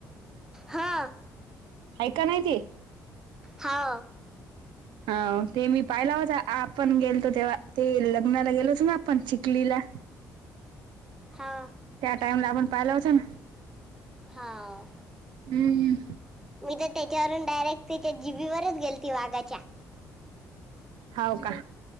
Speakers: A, in the centre; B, on the right.
A: हा.
B: हायका नाही ते?
A: हा.
B: हाव ते मी पाहिला होता आपण गेलतो तेव्हा ते लग्नाला गेलो होत ना आपण चिखलीला.
A: हा.
B: त्या टाइम ला आपण पाहिला होतना.
A: हाव.
B: हम् हम.
A: मी तर त्याच्यावरून डायरेक्ट त्याच्या जिबी वरच गेलते वाघाच्या.
B: होव का.